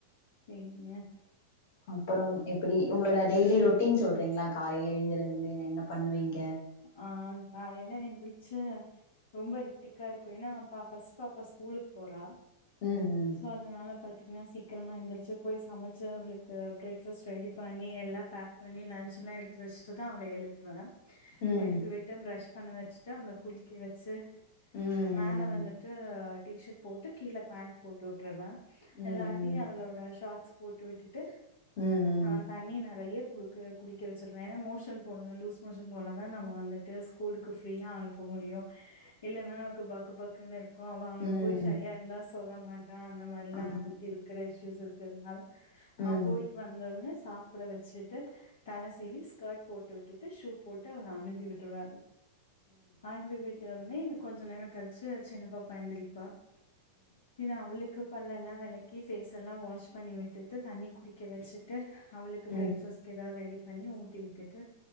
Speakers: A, on the left; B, on the left.
A: சேரிங்க
B: ப்புறம் எப்புடி உங்ளோட டெய்லி ரொட்டீன் சொல்றீங்ளா காலைல எழுந்திருந்து என்ன பண்வீங்
A: ஆ காலைல எந்திர் ரொம்ப ஹிடிக்கா இருக்கு ஏன்னா பா ஃபஸ்ட் பாப்பா ஸ்கூலுக் போறா
B: ம் ம்
A: சோ அதனால பாத்தீங்னா சீக்கரமா எந்துர்ச்சு போய் சமச்சு அவ்ளுக்கு பிரேக்ஃபஸ்ட் ரெடி பண்ணி எல்லா பேக் பண்ணி லன்ச் எல்லா எடுத்து வச்சுட்டு தா அவ்ள எழுப்வே
B: ம்
A: எழுப்பி விட்டு ப்ரஷ் பன்ன வெச்ட்டு அவ்ள குளிக்க வெச்சு
B: ம்
A: மேல வந்துட்டு டீஷர்ட் போட்டு கீழ பேண்ட் போட்டு உட்டுவ
B: ம்
A: எல்லாட்டி அவளோட ஷாட்ஸ் போட்டு விட்டுட்டு
B: ம்
A: அ தண்ணி நறைய குடுக்கு குடிக்க வச்சிர்வே ஏனா மோஷன் போன்ல லூஸ் மோஷன் போனா தா நம்ம வந்துட்டு ஸ்கூலுக்கு ஃப்ரீயா அனுப்ப முடியு இல்லேன்னா நமக்கு பக்கு பக் குனுர் கோ அவ அங்க
B: ம் ம்
A: போய் ஷையா இர்ந்தா ஸ் சொல்ல மாட் டா அந்தமாரில்லா
B: ம்
A: திக் இருக்குற இஷ் யூஸ் இர்க்குர்னால்
B: ம்
A: அவ போயிட்
B: ம்
A: வந்தோட்ன சாப்புட வெச்சுட்டு தல சீவி ஸ்கேர்ட் போட்டு விட்டுட்டு ஷூ போட் டு அவ்ள அனுப்பி விட்ருவ அனுப்பி விட்டொடனே கொஞ்ச நேர கழிச்சு சின்ன பாப்பா எந்திரிப்பா பின்ன அவளுக்கு பல்லெல்லா வெளக்கி பேஃஸெல்லா வாஷ் பண்ணி விட்டுட்டு தண்ணி குடிக்க வெச்சுட்டு அவளுக்கு
B: ம்
A: ப்ரேக்ஃபஸ்க்கு ஏதாது ரெடி பண்ணி ஊட்டி விட்டுட்டு